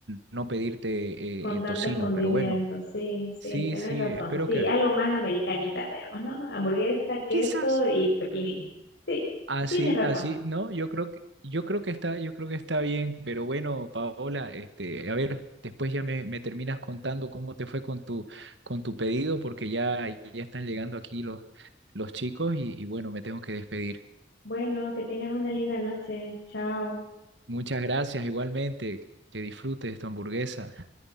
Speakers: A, on the right; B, on the left.
A: no pedirte eh,
B: Con
A: eh,
B: tantos
A: tocino,
B: condimentos,
A: pero bueno,
B: sí, sí,
A: sí,
B: tienes
A: sí,
B: razón,
A: espero
B: sí,
A: que
B: algo más americanita, digamos, ¿no? Hamburguesa, queso
A: quizás...
B: y pepinillo. Sí,
A: Así,
B: tienes razón.
A: así, no, yo creo que, yo creo que está, yo creo que está bien, pero bueno, Paola, este, a ver, después ya me, me terminas contando cómo te fue con tu, con tu pedido, porque ya, ya están llegando aquí los, los chicos y, y bueno, me tengo que despedir.
B: Bueno, que tengas una linda noche, chao.
A: Muchas gracias, igualmente, que disfrutes tu hamburguesa.